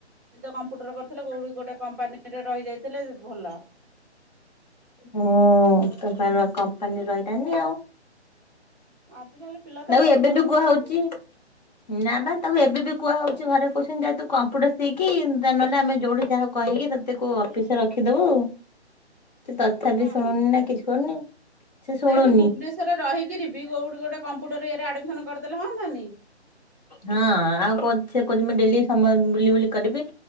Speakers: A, on the right (about 15°); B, on the left (about 40°).
A: ଏ ତ କମ୍ପ୍ୟୁଟର କରିଥିଲେ କୋଉଁଠି ଗୋଟେ କମ୍ପାନୀରେ ରହିଯାଇଥିଲେ ଭଲ।
B: ହୁଁ, ତମ ପାଇଁ ର କମ୍ପାନୀ ରହିିଲାନି ଆଉ।
A: ଆଜିକାଲି ପିଲା ତ
B: ତାକୁ
A: କଥାରେ
B: ଏବେଠୁ
A: ନାହାନ୍ତି
B: କୁହା ହଉଛି, ନା ବା ତାକୁ ଏବେ ବି କୁହା ହଉଛି ଘରେ କହୁଛନ୍ତି ଯାଆ ତୁ କମ୍ପୁଟର ସିଖି ଯା ନଲେ ଆମେ ଯଉଡି ଯହାକୁ କହିକି ତ ତାକୁ ଅଫିସରେ
A: ହୁଁ
B: ରଖିଦବୁ। ସେ ତଥାପି ଶୁଣୁନି
A: ହଁ।
B: ନା କିଛି କରୁନି। ସେ ଶୁଣୁନି
A: ସେଇଠି ଭୁବନେଶ୍ଵରେ ରହିକିରି ବି କୋଉଠି ଗୋଟେ କମ୍ପୁଟର ଇଏରେ ଆଡ଼ମିଶନ କରିଦେଲେ ହଅନ୍ତାନି।
B: ହଁ ଆଉ କ ସେ କହୁଚି ମୁ ଡେଲି ସମୟ ବୁଲି ବୁଲି କରିବି